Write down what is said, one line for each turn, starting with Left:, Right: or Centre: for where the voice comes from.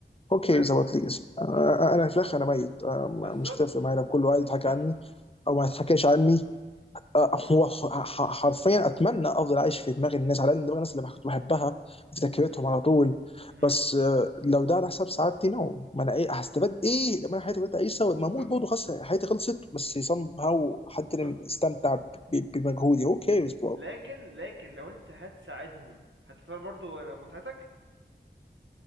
Left: اوكي
Right: أه،
Left: ظبط ليجاسي انا
Right: لا،
Left: أنا في الاخر انا ميت أنا
Right: بالظبط
Left: مش هتفرق معايا لو كله قاعد
Right: بالظبط
Left: يضحك عني او ما يضحكش عني آه،
Right: مهم،
Left: هو ح- ح- حرفيا اتمنى افضل عايش في دماغ الناس على الاقل دماغ الناس اللي كنت بحبها في ذاكرتهم
Right: مهم،
Left: على طول
Right: مهم،
Left: بس آه، لو ده على حساب سعادتي نو ما انا ايه هستفاد ايه لما انا حياتي بدات اعيشها ولما
Right: بالظبط
Left: اموت برضه خلاص حياتي خلصت بس سام هاو حد
Right: بالظبط
Left: اللي استمتع ب- ب- بمجهودي اوكي بس
Right: لكن لكن لو انت هتساعدهم هتختار برضو متعتك